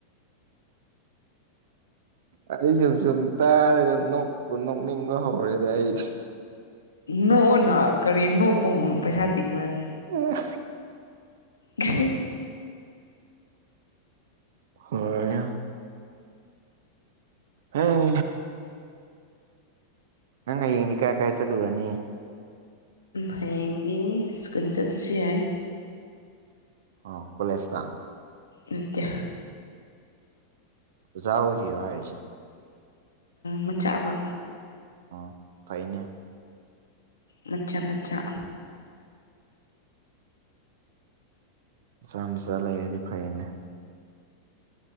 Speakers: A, on the right; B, on the left.
A: ꯑꯩꯁꯨ ꯁꯨꯝ ꯇꯥꯔꯒ ꯅꯣꯛꯄꯨ ꯅꯣꯛꯅꯤꯡꯕ ꯍꯧꯔꯦꯗ ꯑꯩꯗꯤ
B: ꯅꯣꯛꯑꯣꯅ ꯀꯔꯤ ꯅꯣꯛꯄꯕꯨ ꯄꯩꯁꯥ ꯇꯤꯡꯕꯔ꯭ ꯅꯦ
A: ꯎꯝ
B: ꯍꯤ
A: ꯍꯣꯏ ꯍꯥꯏ ꯅꯪ ꯍꯌꯦꯡꯗꯤ ꯀꯥꯏ ꯀꯥꯏ ꯆꯠꯂꯨꯔꯅꯤ
B: ꯍꯌꯦꯡꯗꯤ ꯁ꯭ꯀꯨꯜ ꯆꯠꯄꯁꯨ ꯌꯥꯏ
A: ꯑꯣ ꯀꯣꯂꯦꯖꯇ
B: ꯅꯠꯇꯦ
A: ꯑꯣꯖꯥ ꯑꯣꯏꯔꯤꯔꯣ ꯍꯥꯏꯁꯦ
B: ꯃꯆꯥ ꯑꯃ
A: ꯑꯣ ꯐꯩꯅꯦ
B: ꯃꯆꯥ ꯃꯆꯥ
A: ꯃꯆꯥ ꯃꯆꯥꯥ ꯂꯩꯔꯗꯤ ꯐꯩꯅꯦ